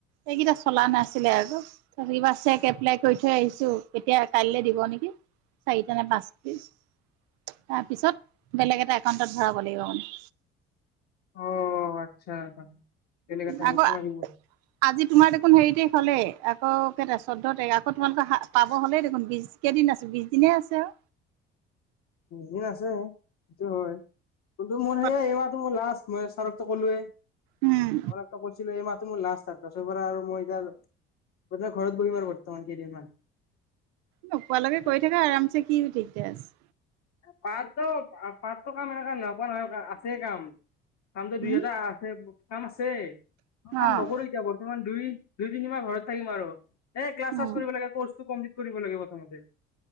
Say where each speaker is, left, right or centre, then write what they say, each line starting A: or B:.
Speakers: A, on the right; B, on the left.
A: এইকেইটা চলা নাছিলে আৰু আজিবা চেক এপ্লাই কৰি থৈ আহিছো এতিয়া কাইলে দিব দিব নেকি? চাৰিটা নে পাঁচ উ তাৰপিছত বেলেগ এটা একাউণ্টত ভৰাব লাগিব মানে
B: অ আচ্ছা কেনে <unintelligible> কা চানি
A: আকৌ
B: মাৰিব
A: আজি তোমাৰ দেখোন হেৰি তাৰিখ হলেই অ কেই তা চৌধ তাৰিখ হলেই আক তোমালোকৰ পাব হ'লেই দেখোন বিশ কেইদিন আছো বিশ দিনে আছে আৰু
B: দিন আছে সেইটো হয় কিন্তু মোৰ
A: আৰু
B: এইবাৰতো মোৰ লাষ্ট মই চাৰকতো ক'লোয়ে
A: উম
B: আমাৰ একটা কৈছিলে এই মাত মোৰ লাষ্ট আৰু তাৰ পাছৰ পৰা আৰু মই এতিয়া বৰ্তমান ঘৰত বহি আৰু বৰ্তমান কেইদিনমান
A: নোপোৱালৈকে
B: মানে
A: কৰি থাকা আৰামচে কি দিকদাৰ আছে
B: পাঁচো পচ কাম এনেকোৱাই নহয় আছে কাম কামটো দুই
A: উম
B: এটা আছে কাম আছে আছে কাম
A: অ
B: নকৰো এতিয়া বৰ্তমান দুই দুই তিনি মাহ ঘৰত থাকিম আৰু এ ক্লাছ
A: উম।
B: চালাছ কৰিব লাগে ৰ্কাচতো কম্পিলীত কৰিব লাগে প্ৰথমতে